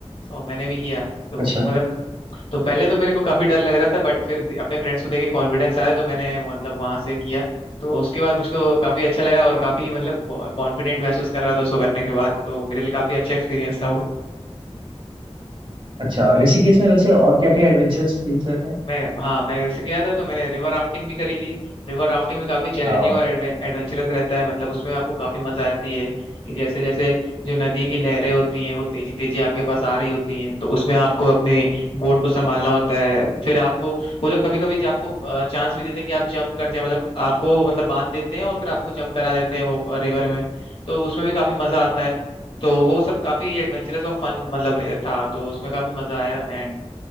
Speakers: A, on the left (about 60°); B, on the right (about 50°).
A: और मैंने भी किया तो
B: अच्छा
A: मतलब तो पहले तो मेरे को काफी डर लग रहा था बट फिर दे- अपने फ्रेंड्स को देख के कॉन्फिडेंस आया तो मैंने मतलब वहां से किया तो उसके बाद मुझको काफी अच्छा लगा और काफी मतलब कॉन्फिडेंट महसूस कर रहा था उसको करने के बाद तो मेरे लिए काफी अच्छा एक्सपीरियंस था वो
B: अच्छा ऋषिकेश में वैसे और क्या क्या एडवेंचरस थिंग्स रहते हैं
A: मैं हाँ मैं जैसे गया था तो मैंने रिवर राफ्टिंग भी करी थी रिवर राफ्टिंग भी काफी चैलेंजिंग
B: आओ
A: और एडवेंचरस रहता है मतलब उसमें आपको काफी मजा आती है कि जैसे जैसे जो नदी की लहरें होती हैं वो तेजी तेजी आपके पास आ रही होती हैं तो उसमें आपको अपनी बोट को संभालना होता है फिर आपको वो लोग कभी कभी आपको चांस भी देते हैं कि आप जंप कर जाए मतलब आपको मतलब बांध देते हैं और फिर आपको जंप करा देते हैं वो रिवर में तो उसमें भी काफी मजा आता है तो वो सब काफी एडवेंचरस और फन मतलब था तो उसमें काफी मजा आया एंड